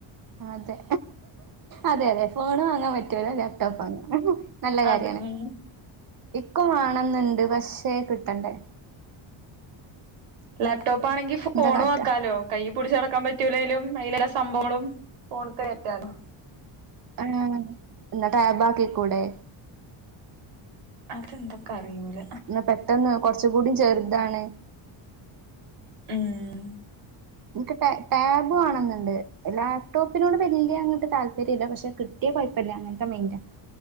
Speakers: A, on the right; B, on the right.
A: അതെ അതേയതെ ഫോണ് വാങ്ങാൻ പറ്റുവല്ലോ ലാപ്ടോപ്പ് വാങ്ങാം നല്ല
B: അത്
A: കാര്യാണ്
B: ഉം
A: ഇക്കും വാണന്ന്ണ്ട് പക്ഷേ കിട്ടണ്ടേ
B: ലാപ്ടോപ്പാണെങ്കി ഫോണു
A: എന്താ കാട്ടാ
B: ആക്കാലോ കയ്യി പിടിച്ച് നടക്കാൻ പറ്റൂലേലും അയിലെലാ സ് സംഭവങ്ങളും ഫോണിക്കെ കേറ്റാലോ
A: ഏഹ് ഇന്നാ ടാബാക്കി കൂടെ
B: അതെന്താ ഇക്കറിയൂല
A: ന്നാ പെട്ടെന്ന് കൊറച്ച് കൂടിം ചെറ്താണ്
B: ഊം
A: ഇൻക്ക് ടാ ടാബ് വാണംന്ന്ണ്ട് ലാപ്ടോപ്പിനോട് വല്ല്യങ്ങട്ട് താല്പര്യല്ല പക്ഷെ കിട്ട് ട്ടിയ കൊയപ്പല്ല അങ്ങനെത്ത മൈൻഡാ